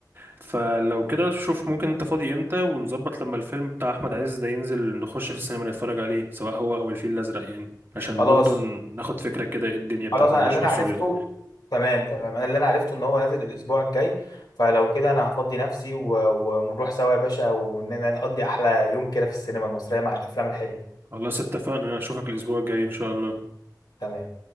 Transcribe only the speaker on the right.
فلو كده شوف ممكن انت فاضي امتى ونظبط لما الفيلم بتاع احمد عز ده ينزل نخش في السينما نتفرج عليه سواء هو او الفيل الازرق يعني عشان
برضو ن- ناخد فكرة كده ايه الدنيا بتاعت
المشروع
السعودي
خلاص اتفقنا اشوفك الاسبوع الجاي ان شاء الله